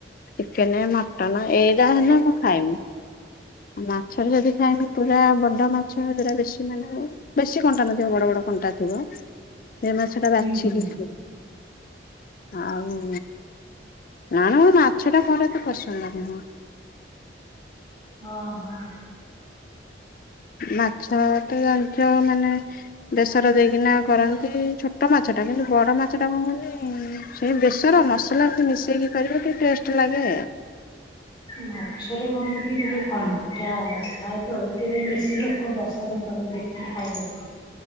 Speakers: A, on the left; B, on the left.
A: ଚିକେନ ମଟନ ଏଇରା ହେନେ ମୁଁ ଖାଇମି ମା ସବୁ ଯଦି ଖାଇମି ପୁରା ବଡ଼ ମାଛ ଯୌରା ବେଶୀ ମାନେ ବେଶୀ କଣ୍ଟା ନଥିବ ବଡ ବଡ କଣ୍ଟା ଥିବ ସେ ମାଛ ଟା
B: ହୁଁ
A: ବାଛିିକି
B: ହୁଁ।
A: ଆଉ ନା ନା ମାଛ ଟା ମୋର ମତେ ପସନ୍ଦ ନୁହ।
B: ଓହୋ।
A: ମାଛ ତ ଜାଣିଥିବ ମାନେ ବେସର ଦେଇକିନା କରନ୍ତି ଛୋଟ ମାଛଟା କିନ୍ତୁ ବଡ଼ ମାଛଟା କଣ କୁହନି ସେଇ ବେସର ମସଲା ଏମିତି ମିଶେଇକି କରିବ ଟିକେ ଟେଷ୍ଟ ଲାଗେ।
B: ମାଛରେ କଣ କି ଟିକେ କଣ୍ଟା ଥାଏତ ଏଥିପାଇଁ ବେଶୀ ଲୋକ ପସନ୍ଦ କରନ୍ତି ଖାଇ ସାରିଛି।